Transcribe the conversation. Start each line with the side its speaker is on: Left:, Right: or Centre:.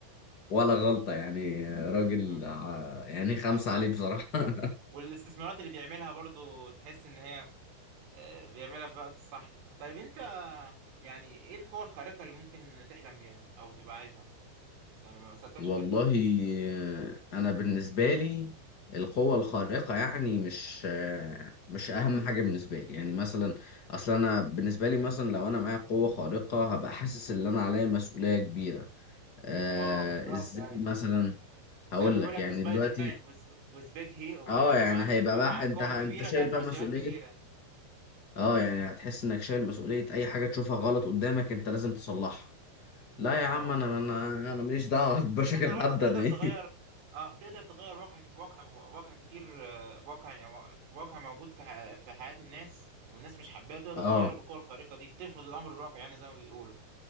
Left: ولا غلطة يعني راجل
Right: آه،
Left: ع- يعني خمسة
Right: بالظبط
Left: عليه بصراحة <laughs>
Right: والاستثمارات اللي بيعملها برضو تحس ان هي آه، بيعملها في الوقت الصح طيب انت يعني ايه القوة الخارقة اللي ممكن تحلم بيها او تبقى عايزها يعني ما سألتكش
Left: والله
Right: في الحتة دي
Left: آه، أنا بالنسبة لي القوة الخارقة يعني مش آه، مش أهم حاجة بالنسبة لي يعني مثلا أصل أنا بالنسبة لي مثلا لو أنا معايا قوة خارقة هبقى حاسس إن أنا عليا مسؤولية كبيرة آه
Right: اه بالظبط
Left: إزاي
Right: ايوه
Left: مثلا
Right: زي
Left: هقول
Right: ما بيقولك
Left: لك يعني
Right: في سبايدر
Left: دلوقتي
Right: مان وز وز بيج هي
Left: اه
Right: يعني
Left: يعني
Right: مع ال...
Left: هيبقى بقى
Right: مع القوة
Left: انت انت
Right: الكبيرة
Left: شايل
Right: تأتي
Left: بقى
Right: مسؤوليات
Left: مسؤولية
Right: كبيرة
Left: اه يعني هتحس انك شايل مسؤولية اي حاجة تشوفها غلط قدامك انت لازم تصلحها لا يا
Right: اه
Left: عم انا انا انا ماليش دعوة <laughs> بمشاكل
Right: بس انت برضه
Left: حد
Right: تقدر
Left: انا ايه
Right: تغير اه تقدر تغير واقع واقع واقع كتير آه، واقع يعني واقع موجود في ح- في حياة الناس والناس مش حباه تقدر
Left: اه
Right: تغيره بالقوة الخارقة دي ترفض الأمر الواقع يعني زي ما بيقولوا